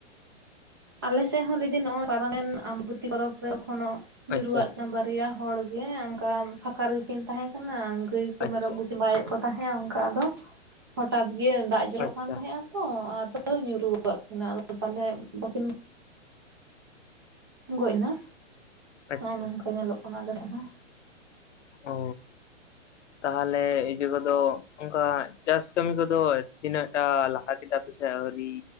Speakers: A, on the right; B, on the left.
A: ᱟᱞᱮᱥᱮᱫ ᱦᱚᱸ ᱞᱟᱹᱭᱤ ᱱᱚᱜᱚᱭ ᱯᱟᱨᱚᱢᱮᱱ ᱟᱢᱵᱩᱛᱤ ᱯᱚᱨᱚᱵᱽ ᱨᱮ ᱮᱠᱷᱚᱱᱚ ᱧᱩᱨᱩᱨᱩᱣᱟᱜ
B: ᱟᱪᱪᱷᱟ ᱟᱪᱪᱷᱟ
A: ᱪᱟᱸᱵᱟᱲ ᱯᱮᱭᱟ ᱦᱚᱲ ᱜᱮ ᱚᱱᱠᱟ ᱯᱷᱟᱠᱟ ᱜᱮᱠᱤᱱ ᱛᱟᱦᱮᱸ ᱠᱟᱱᱟ ᱜᱟᱹᱭ ᱠᱚ
B: ᱟᱪᱪᱷᱟ
A: ᱢᱮᱨᱚᱢ ᱠᱚᱠᱤᱱ ᱵᱟᱭᱮᱫ ᱛᱟᱦᱮᱸᱜᱼᱟ ᱚᱱᱠᱟ ᱟᱫᱚ ᱦᱚᱴᱟᱛ ᱜᱮ ᱫᱟᱜ ᱡᱚᱨᱚᱜ
B: ᱟᱪᱪᱷᱟ
A: ᱠᱟᱱ ᱛᱟᱦᱮᱸᱜᱼᱟ ᱛᱚ ᱟ ᱧᱩᱨᱩᱫ ᱠᱤᱱᱟ ᱟᱫᱚ ᱛᱟᱦᱚᱞᱮ ᱵᱟᱹᱠᱤᱱ ᱜᱚᱡ ᱮᱱᱟ
B: ᱟᱪᱪᱷᱟ
A: ᱱᱚᱜ ᱱᱚᱝᱠᱟ ᱧᱮᱞᱚᱜ ᱠᱟᱱᱟ ᱟᱞᱮ ᱴᱷᱮᱱ ᱦᱚᱸ
B: ᱚ ᱛᱟᱦᱚᱞᱮ ᱤᱭᱟᱹ ᱠᱚᱫᱚ ᱚᱱᱠᱟ ᱪᱟᱥ ᱠᱟᱹᱢᱤ ᱠᱚᱫᱚ ᱛᱤᱱᱟᱹᱜ ᱴᱟ ᱞᱟᱦᱟ ᱠᱮᱫᱟ ᱯᱮ ᱥᱮ ᱟᱹᱣᱨᱤ